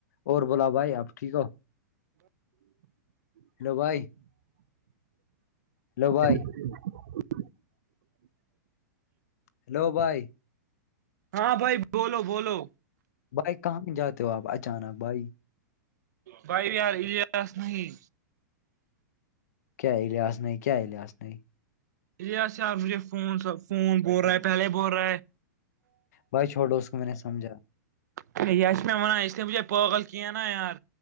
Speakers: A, on the left; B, on the right.
A: اور بولا بھائی آپ ٹھیک ہو ہلو بھائی لبائی
B: <inaudible>
A: ہیلو بھائی
B: ہاں بھائی بولو بولو
A: بھائی کہاں جاتے ہو آپ اچانک بھائی
B: بائی یار ایاس نہیں
A: کیا علاظ نہیں کیا علاظ نہیں
B: یہ چار مجھے فون س فون بول رہا ہے پہلے بول رہا ہے
A: بھائی چھوڑو اس کو میں نے سمجھا
B: ہ م میں ونان ا اس لی نے بچھے پاغل کھی نایار